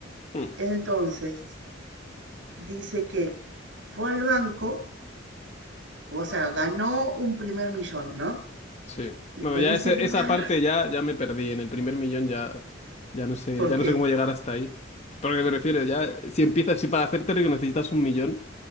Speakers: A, on the left (about 35°); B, on the right (about 75°).
A: Mm,
B: Entonces, dice que fue al banco, o sea, ganó un primer millón, ¿no?
A: Sí.
B: Y
A: Bueno,
B: con
A: ya
B: ese
A: ese-
B: primer,
A: esa parte
B: mi-
A: ya, ya me perdí. En el primer millón ya, ya no sé,
B: ¿por
A: ya
B: qué?
A: no sé cómo llegar hasta ahí. Pero ¿a qué me refiero? Ya, si empiezas, si para hacerte rico necesitas un millón,